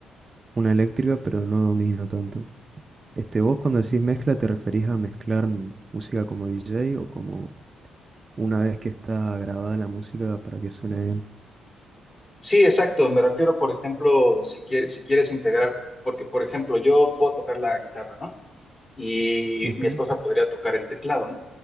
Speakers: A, on the right; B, on the left.
A: una eléctrica, pero no domino tanto. Este, vos cuando decís mezcla, ¿te referís a mezclar m- música como DJ o como una vez que está grabada la música para que suene bien?
B: Sí, exacto, me refiero, por ejemplo, si quieres, si quieres integrar, porque, por ejemplo, yo puedo tocar la guitarra, ¿no? Y
A: Ujú.
B: mi esposa podría tocar el teclado, ¿no?